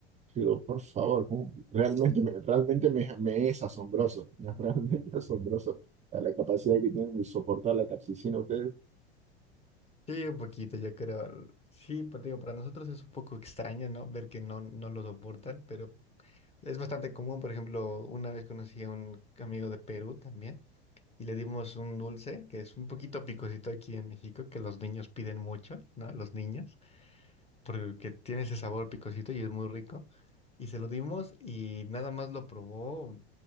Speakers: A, on the right (about 20°); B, on the left (about 20°).
A: Yo digo, por favor, ¿cómo? realmente, me, realmente me, me es asombroso, <laughs> es realmente asombroso a la capacidad que tienen de soportar la capsicina ustedes.
B: Sí, un poquito, yo creo. Sí, pero te digo, para nosotros es un poco extraño, ¿no? Ver que no, no lo soportan, pero es bastante común. Por ejemplo, una vez conocí a un amigo de Perú también y le dimos un dulce que es un poquito picosito aquí en México, que los niños piden mucho, ¿no? Los niños porque tiene ese sabor picosito y es muy rico. Y se lo dimos y nada más lo probó,